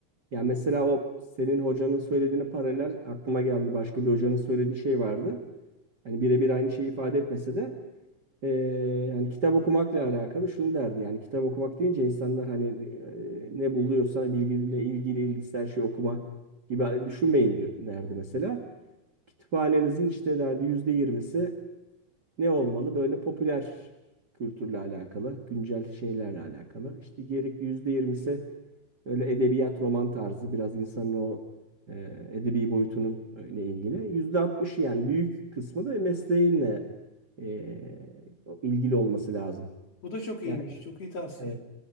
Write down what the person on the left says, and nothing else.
Bu da çok iyiymiş.
Çok iyi tavsiye.